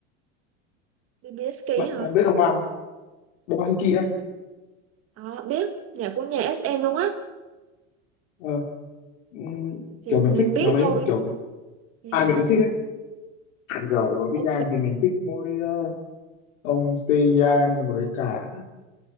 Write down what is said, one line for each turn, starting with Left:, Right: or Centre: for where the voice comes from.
Right: BSK
Left: bạn
Right: hả?
Left: bạn biết Đông Bang không Đông Bang Suzuki ấy
Right: Ờ, biết. Nhạc của nhà SM luôn á.
Left: ờ, ừm,
Right: Thì
Left: kiểu
Right: mình
Left: mình thích
Right: biết
Left: nhóm ấy
Right: thôi.
Left: kiểu
Right: Vậy
Left: ai
Right: hả?
Left: mình cũng thích ấy dầu Big
Right: Ok.
Left: Bang thì mình thích mỗi ờ, ông Tae Yang với cả